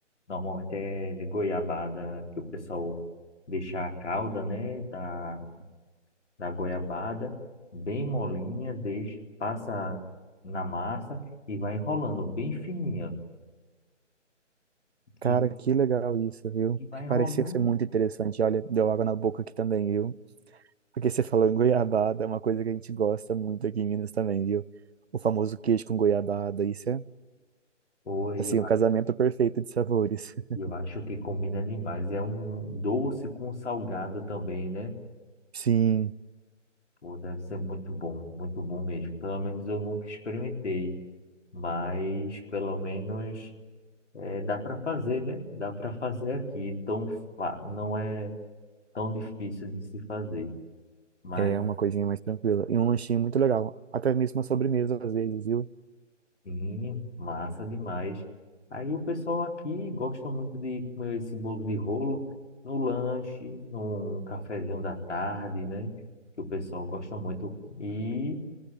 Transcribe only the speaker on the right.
Cara,
que legal isso, viu?
Porque parecia
ser muito interessante. Olha, deu água na boca aqui também, viu? Porque você falou em goiabada, é uma coisa que a gente gosta muito aqui em Minas também, viu? O famoso queijo com goiabada, isso é,
assim,
o casamento perfeito de sabores. <laughs>
Sim,
é uma coisinha mais tranquila. E um lanchinho muito legal. Até mesmo uma sobremesa, às vezes, viu?